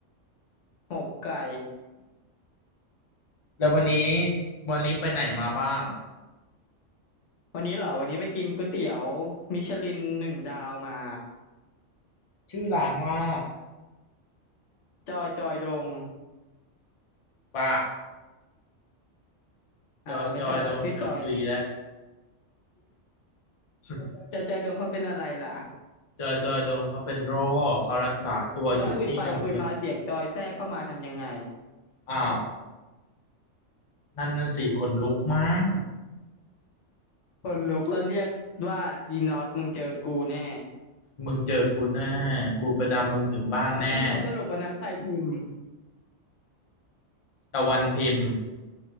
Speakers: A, on the left; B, on the left.
A: หมกไก่
B: แล้ววันนี้วันนี้ไปไหนมาบ้างอ่ะ
A: วันนี้เหรอ วันนี้ไปกินก๋วยเตี๋ยวมิชลินหนึ่งดาวมา
B: ชื่อร้านว่า
A: จอยจอยดง
B: บ้า
A: อ่าวเหรอไม่ใช่เหรอ
B: จอยจอยโดงเกือบตุยแล้
A: ชื่อจอย
B: ว <laughs>
A: จอยจอยดงเขาเป็นอะไรล่ะ
B: จอยจอยดงเขาเป็นโรคเขารักษาตัวอยู่ที่โรงพยาบาล
A: แล้วคุยไปคุยมาเสียงจอยแทรกเข้ามาทำยังไง
B: อ้าวนั่นนั่นสี่คนลุกมาก
A: คนลุกแล้วเรียกว่าอีน็อตมึงเจอกูแน่
B: มึงเจอกูแน่กูประจำมึงถึงบ้านแน่
A: แล้วสรุปวันนั้นใครพิมพ์
B: ตะวันพิมพ์